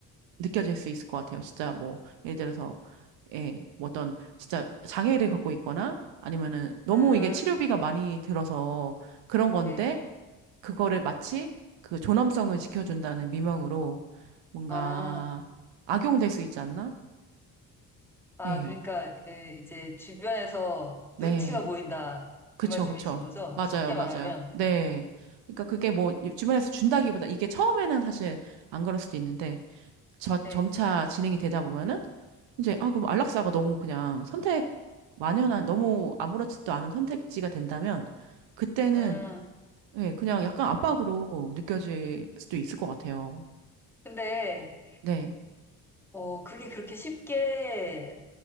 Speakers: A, on the right; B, in the centre.
A: 느껴질 수 있을 것 같아요. 진짜 뭐 예를 들어서 예, 뭐 어떤 진짜 장애를 갖고 있거나 아니면은 너무
B: 아,
A: 이게 치료비가 많이 들어서 그런 건데
B: 네.
A: 그거를 마치 그 존엄성을 지켜준다는 미명으로 뭔가
B: 아.
A: 악용될 수 있지 않나?
B: 아,
A: 예.
B: 그러니까 에, 이제 주변에서
A: 네.
B: 눈치가 보인다
A: 그쵸,
B: 이 말씀이신
A: 그쵸.
B: 거죠?
A: 맞아요,
B: 쉽게
A: 맞아요.
B: 말하면.
A: 네. 그러니까 그게 뭐 주변에서 준다기보다 이게 처음에는 사실 안 그럴 수도 있는데 저
B: 네.
A: 점차 진행이 되다 보면은 이제 아 그럼 안락사가 너무 그냥 선택 만연한 너무 아무렇지도 않은 선택지가 된다면 그때는
B: 아,
A: 예, 그냥 약간 압박으로 느껴질 수도 있을 것 같아요.
B: 근데
A: 네.
B: 어 그게 그렇게 쉽게